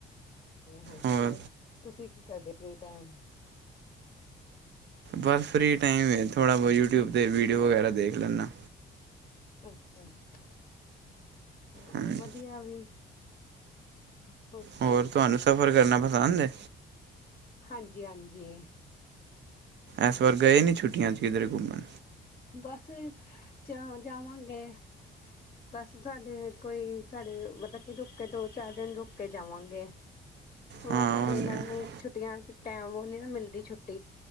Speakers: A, on the left; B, on the right.
A: ਹਾਂਜੀ,
B: ਹੋਰ
A: ਤੁਸੀਂ ਕੀ ਕਰਦੇ ਫ੍ਰੀ ਟਾਈਮ
B: ਬਸ ਫ੍ਰਰੀ ਟਾਈਮ ਥੋੜ੍ਹਾ ਬਹੁਤ ਯੂ ਟਿਊਬ ਤੇ ਵੀਡੀਓ ਵਗੈਰਾ ਦੇਖ ਲੈਂਣਾ।
A: ਅੱਛਾ, ਅੱਛਾ। ਆਹੋ
B: ਹਾਂਜੀ
A: ਵਧੀਆ ਵੀ ਹੋ
B: ਹੋਰ ਤੁਹਾਨੂੰ ਸਫ਼ਰ ਕਰਨਾ ਪਸੰਦ ਏ।
A: ਹਾਂਜੀ, ਹਾਂਜੀ।
B: ਐਸ ਵਾਰ ਗਏ ਨੀ ਛੁਟੀਆਂ ਚ ਕਿਧਰੇ ਘੁੰਮਣ।
A: ਬਸ ਜਾਂ ਜਾਵਾਂਗੇ ਬਸ ਸਾਡੇ ਕੋਈ ਸਾਡੇ ਮਤਲਬ ਕਿ ਰੁਕ ਕੇ ਦੋ ਚਾਰ ਦਿਨ ਰੁਕ ਕੇ ਜਾਵਾਂਗੇ, ਹੋਰ
B: ਹਾਂ
A: ਸਾਡੇ
B: ਉਹ
A: ਇਹਨਾਂ ਨੂੰ ਛੁੱਟੀਆਂ ਟੈਮ ਉਹ ਨੀ ਨਾ ਮਿਲਦੀ ਛੁੱ